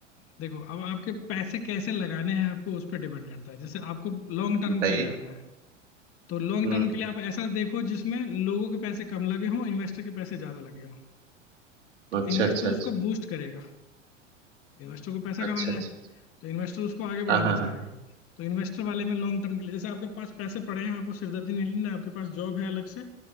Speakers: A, on the left; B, on the right.
A: देखो अब आपके पैसे कैसे लगाने हैं आपको उस पर डिपेंड करता है जैसे आपको लॉन्ग टर्म
B: बताइए
A: के लिए लगाना है तो लॉन्ग
B: हम्म
A: टर्म के लिए आप ऐसा देखो जिसमें लोगों के पैसे कम लगे हों इन्वेस्टर के पैसे ज्यादा लगे हों तो
B: अच्छा
A: इन्वेस्टर
B: अच्छा अच्छा
A: उसको बूस्ट करेगा इन्वेस्टर को पैसा
B: अच्छा
A: कमाना
B: अच्छा
A: है तो इन्वेस्टर उसको आगे बढ़ाना
B: हाँ हाँ
A: चाहेगा
B: हाँ
A: तो इन्वेस्टर वाले में लॉन्ग टर्म के लिए जैसे आपके पास पैसे पड़े हैं आपको सिरदर्दी नहीं लेना है, आपके पास जॉब है अलग से